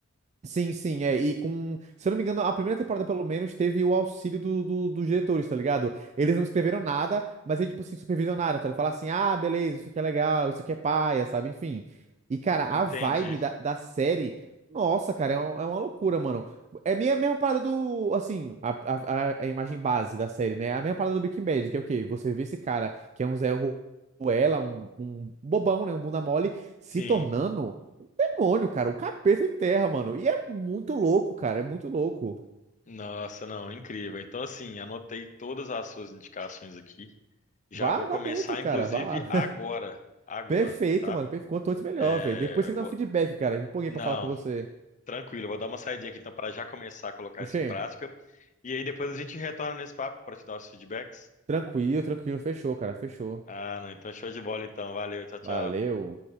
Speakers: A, on the right; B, on the left.
A: Sim, sim, é. E com. Se eu não me engano, a primeira temporada, pelo menos, teve o auxílio do, do- dos diretores, tá ligado? Eles não escreveram nada, mas eles, tipo assim, supervisionaram, tá? Eles falaram assim: ah, beleza, isso aqui é legal, isso aqui é paia, sabe? Enfim. E, cara, a
B: Entendi.
A: vibe da, da série. Nossa, cara, é, um- é uma loucura, mano. É a minha mesma parada do. Assim, a, a, a a imagem base da série, né? A mesma parada do Breaking Bad, que é o quê? Você vê esse cara que é um Zé Ruela, um, um bobão, né? Um bunda mole se
B: Sim.
A: tornando demônio, cara. O capeta enterra, mano. E é muito louco, cara. É muito louco.
B: Nossa, não, incrível. Então, assim, anotei todas as suas indicações aqui. Já
A: Vá,
B: vou
A: vá
B: começar,
A: dentro,
B: inclusive,
A: cara. Vá lá. <laughs>
B: agora. Agora,
A: Perfeito,
B: tá?
A: mano. Perfe- Quanto antes, melhor,
B: É,
A: velho. Depois você
B: vou-
A: me dá um feedback, cara. Me empolguei
B: Não,
A: pra falar com você.
B: Tranquilo, eu vou dar uma saidinha aqui então para já começar a colocar
A: Oxê,
B: isso em prática. E aí depois a gente retorna nesse papo para te dar os feedbacks.
A: tranquilo, tranquilo. Fechou, cara. Fechou.
B: Ah, não, então show de bola então. Valeu, tchau, tchau.
A: Valeu.